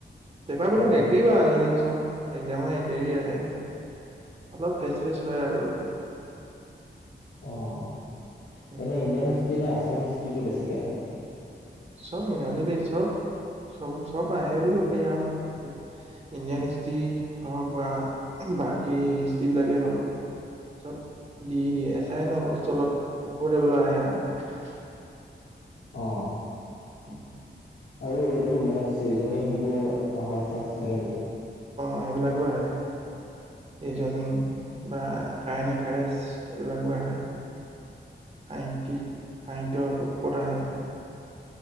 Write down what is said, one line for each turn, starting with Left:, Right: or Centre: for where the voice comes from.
Right: পেপ বিলাক
Left: ইন
Right: একেই বা আজিকালি চব এক্সাম একেই আহে অলপ ফেচ ফেচ হয় আৰু।
Left: অ'
Right: উম,
Left: এনে ইণ্ডিয়ান
Right: উম।
Left: হিষ্ট্ৰি নে আছাম হিষ্ট্ৰিটো বেছিকে আহে তাত।
Right: চব <unintelligible> চব। চব-চব আহে বুলি কৈ পাৰি হয় ইণ্ডিয়ান হিষ্ট্ৰি হওঁক বা বাকী হিষ্ট্ৰী বিলাকে হ'ল। চব দি দিয়ে, এচাই ন বস্তু অলপ ওপৰৰ লেবেলৰ আহে আৰু
Left: অ'।
Right: উম'।
Left: আৰু এইটো মেথছ, ৰিজনিং সেইবোৰ অহা চাঞ্চ থাকে নেকি?
Right: অ' সেইবিলাকো আহে। ৰিজনিং বা কাৰেণ্ট এফয়াৰ্চ এইবিলাকো আহে। সাহিত্যিক, সাহিত্যৰ ওপৰত আহে।